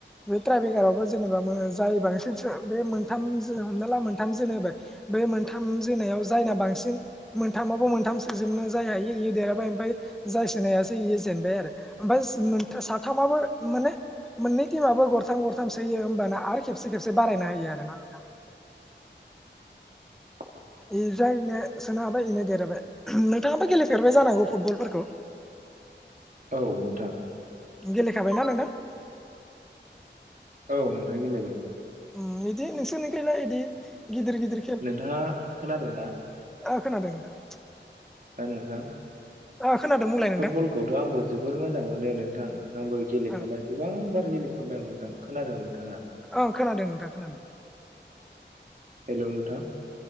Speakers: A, in the centre; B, on the right (about 45°).
A: बे ट्राइबेगकारावबो जेनेबा जाय बांसिन सो बे मोनथाम जो म्हमना ला मोनथाम जोनो होबाय बे मोनथाम जोनायाव जायना बांसिन मोनथामावबो मोनथाम सोजोबनो जाय हायो इयो देराबाय ओमफाय जाय सोनो हायासै इयो <unintelligible> बाय आरो ओमफाय साथामाबो माने मोननै टिमाबबो गरथाम गरथाम सोयो होमबाना आरो खेबसे खेबसे बारायना होयो आरोना नोंथां।
B: <inaudible>
A: इ जायनो सोनो हाबाय बेनो देराय नोंथाङाबो गेलेफेरबाय जानांगौ फुटबलफोरखौ?
B: औ नोंथां।
A: गेलेखाबायना नोंथां?
B: औ नोंथां गेलेबाय।
A: बिदि नोंसोरनिखैलाय बिदि गिदिर गिदिर
B: नोंथाङा खोनादों ना?
A: ओ खोनादों नोंथां
B: नोंथां
A: ओ खोनादों बुंलाय नोंथां
B: फुटबल खौथ' आंबो जबोर मोजां मोनो नोंथां आंबो गेलेखांबाय
A: ओं
B: गोबां बार गेलेखांबाय आं नोंथां खोनादों नोंथाङा
A: ओं खोनादों नोंथां खोनादों
B: हेलो नोंथां